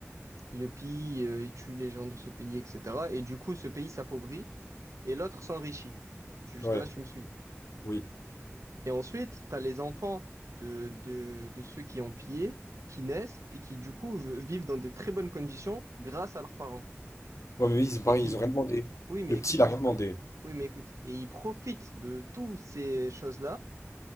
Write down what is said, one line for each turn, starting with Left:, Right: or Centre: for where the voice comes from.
Right: Il le pille, euh, il tue les gens de ce pays, etc. Et du coup, ce pays s'appauvrit et l'autre s'enrichit. Jusque-là,
Left: Ouais,
Right: tu me suis.
Left: oui.
Right: Et ensuite, tu as les enfants de, de, de ceux qui ont pillé, qui naissent et qui, du coup, v- vivent dans de très bonnes conditions grâce à leurs parents.
Left: Ouais mais oui, c'est pareil,
Right: Et qui,
Left: ils ont rien demandé.
Right: oui, mais
Left: Le
Right: écoute,
Left: petit il a rien demandé.
Right: oui, mais écoute. Et ils profitent de toutes ces choses-là